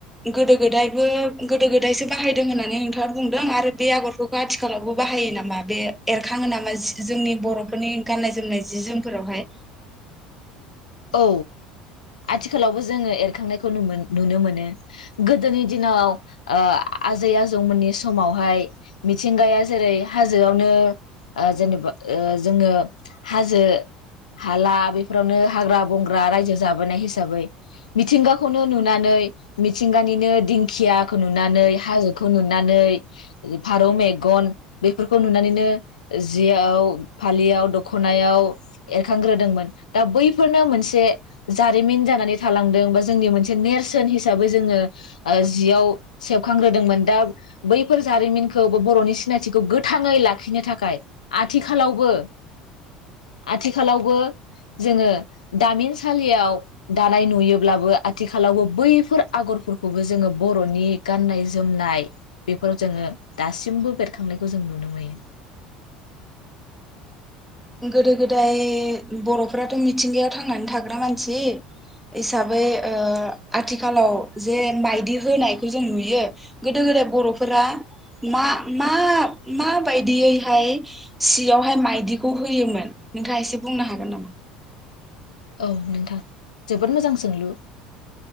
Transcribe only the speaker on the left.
औ आथिखालावबो जोङो एरखांनायखौ नुनो मोनो गोदोनि दिनाव आजै आजौमोननि समावहाय मिथिंगाया जेरै हाजोआवनो जेनेबा जोङो हाजो हाला बेफोरावनो हाग्रा बंग्रा रायजो जाबोनाय हिसाबै मिथिंगाखौनो नुनानै मिथिंगानिनो दिंखियाखौ नुनानै हाजोखौ नुनानै फारौ मेगन बेफोरखौ नुनानैनो जियाव फालियाव दखनायाव एरखांग्रोदोंमोन दा बैफोर बेफोरनो मोनसे जारिमिन जानानै थालांदों बा जोंनि मोनसे नेरसोन हिसाबै जोङो जियाव सेबखांग्रोदोंमोन दा बैफोर जारिमिनखौ बा बर'नि सिनायथिखौ गोथाङै लाखिनो थाखाय आथिखालावबो आथिखालावबो जोङो दामिनसालियाव दानाय नुयोब्लाबो आथिखालावबो बैफोर आगरफोरखौबो जोङो बर'नि गाननाय जोमनाय बेफोराव जोङो दासिमबो बेरखांनायखौ जों नुनो मोनो।
औ नोंथां जोबोद मोजां सोंलु